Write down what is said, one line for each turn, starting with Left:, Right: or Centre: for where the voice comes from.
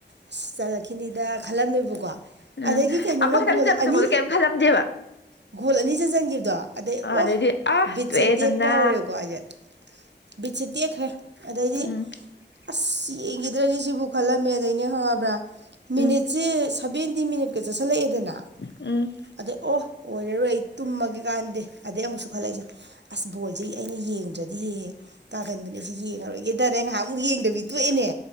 Right: ꯑꯁ ꯆꯠꯂꯛꯈꯤꯅꯤꯗ ꯈꯜꯂꯝꯃꯦꯕꯀꯣ
Left: ꯎꯝ
Right: ꯑꯗꯒꯤ ꯀꯩꯅꯣꯅ
Left: ꯑꯃꯈꯛꯇꯪ
Right: ꯒꯣꯜ
Left: ꯆꯠꯄꯗꯨꯕꯨꯗ
Right: ꯑꯅꯤ
Left: ꯀꯩꯝ ꯈꯜꯂꯝꯗꯦꯕ
Right: ꯒꯣꯜ ꯑꯅꯤ ꯆꯟꯁꯤꯟꯈꯤꯕꯗꯣ ꯑꯗꯩ
Left: ꯑ
Right: ꯑꯣ
Left: ꯑꯗꯩꯗꯤ ꯑ
Right: ꯕꯤꯠꯁꯦ
Left: ꯇꯣꯛꯑꯦꯗꯅ
Right: ꯇꯦꯛꯄ ꯍꯧꯔꯦꯀꯣ ꯑꯩꯁꯦ ꯕꯤꯠꯁꯦ ꯇꯦꯛꯈ꯭ꯔꯦ ꯑꯗꯩꯗꯤ
Left: ꯎꯝ
Right: ꯑꯁ ꯌꯦꯡꯈꯤꯗ꯭ꯔꯅꯤ ꯁꯤꯕꯨ ꯈꯜꯂꯝꯃꯦ ꯑꯗꯩꯅꯦ ꯈꯪꯉꯕ꯭ꯔꯥ ꯃꯤꯅꯤꯠꯁꯦ
Left: ꯎꯝ
Right: ꯁꯚꯦꯟꯇꯤ ꯃꯤꯅꯤꯠ <unintelligible> ꯆꯠꯁꯤꯜꯂꯛꯑꯦꯗꯅ
Left: ꯎꯝ
Right: ꯑꯗꯩ ꯑꯣ ꯑꯣꯏꯔꯔꯣꯏ ꯑꯩ ꯇꯨꯝꯃꯒꯦ ꯀꯥꯟꯅꯗꯦ ꯑꯗꯩ ꯑꯃꯨꯛꯁꯨ ꯈꯜꯂꯛꯏꯁꯦ ꯑꯁ ꯕꯣꯜꯁꯦ ꯑꯩꯅ ꯌꯦꯡꯗ꯭ꯔꯗꯤ ꯌꯦꯍꯦ ꯇꯥꯒꯟꯕꯅꯦ ꯁꯤ ꯌꯦꯡꯉꯔꯣꯏꯒꯦꯗꯅꯦ ꯉꯥꯏꯍꯥꯛꯃꯨꯛ ꯌꯦꯡꯗꯕꯤꯗ ꯇꯣꯛꯑꯅꯦ